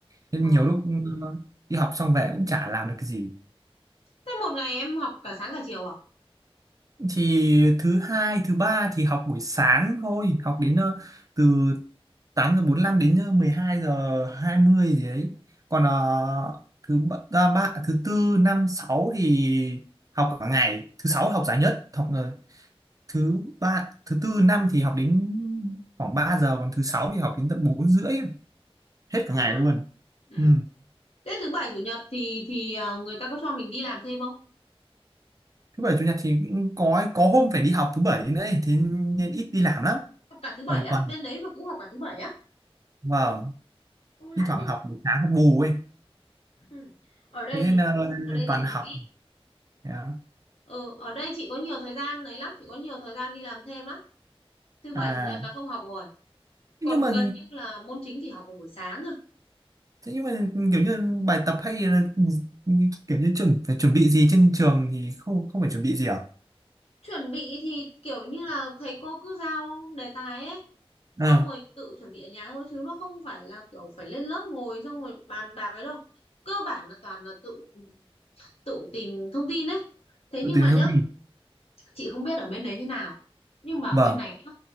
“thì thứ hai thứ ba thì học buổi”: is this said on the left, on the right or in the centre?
Right